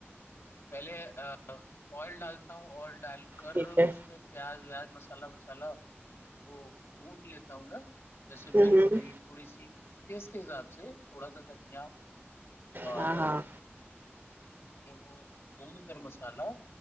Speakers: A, on the left; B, on the right.
A: پہلے آئل ڈالتا ہوں آئل ڈال کر
B: ٹھیک
A: اس
B: ہے
A: میں پیاز ویاز مسالہ وسالا وہ ڈونڈ لیتا ہوں نا جیسے
B: ہوں
A: مرچ
B: ہوں
A: ہوئی تھوڑی سی اسس کے حساب سے تھوڑا سا دنیا اور
B: ہاں ہاں
A: تو وہ وہب کر مسالحہ